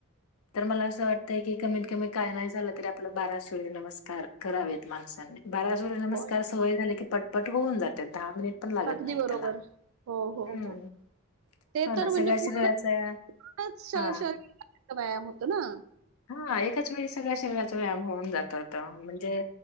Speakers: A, on the left; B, on the right.
A: तर मला असं वाटतय की कमीत कमी काय नाही झालं तरी आपलं बारा सूर्य नमस्कार करावेत माणसांनी बारा नमस्कार
B: होय.
A: सोय झाले की पटपट होऊन जाते दहा मिनिट पण लागत
B: अगदी
A: नाहीत
B: बरोबर
A: त्याला
B: हो हो
A: हम्म
B: हो ते
A: हो
B: तर
A: ना
B: म्हणजे
A: सगळ्या
B: पूर्ण
A: शरीराचा
B: पूर्ण
A: हा
B: व्यायाम होतो ना
A: हा एकाच वेळी सगळ्या शरीराचा व्यायाम होऊन जात होत म्हणजे